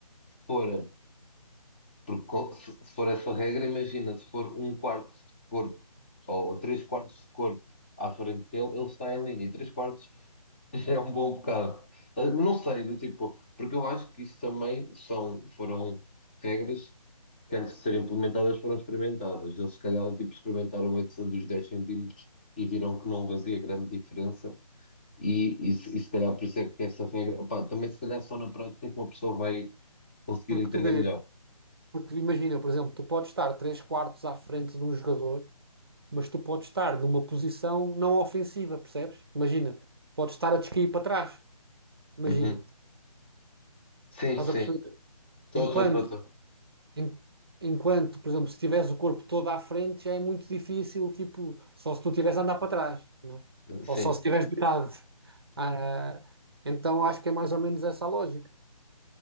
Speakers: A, on the left; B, on the right.
A: se for, porque co- se, se for essa regra, imagina, se for um quarto de corpo ou, ou três quartos de corpo à frente dele, ele está em linha, e três quartos <laughs> É um bom bocado. Ah, Não sei, do tipo, porque eu acho que isso também são, foram regras que antes de serem implementadas foram experimentadas. Eles se calhar do tipo, experimentaram essa dos 10 centímetros e viram que não fazia grande diferença e, e, se e se calhar por isso é que essa regra, opá, também se calhar só na prática é que uma pessoa vai conseguir
B: Porque
A: entender
B: tu vê,
A: melhor.
B: porque imagina, por exemplo, tu podes estar 3 quartos à frente de um jogador mas tu podes estar numa posição não ofensiva, percebes? Imagina, podes estar a descair para trás. Imagina,
A: Uhum. Sim,
B: estás
A: sim.
B: a perceber?
A: Estou,
B: Enquanto,
A: estou, estou, estou.
B: en- enquanto, por exemplo, se tiveres o corpo todo à frente, já é muito difícil, tipo, só se tu tiveres a andar para trás, né?
A: Sim.
B: Ou só se tiveres deitado. Ah, então acho que é mais ou menos essa a lógica.